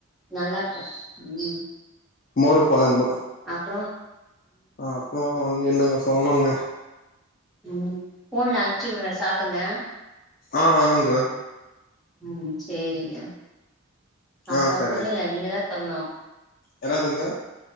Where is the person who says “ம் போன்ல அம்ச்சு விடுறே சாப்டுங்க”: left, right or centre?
Centre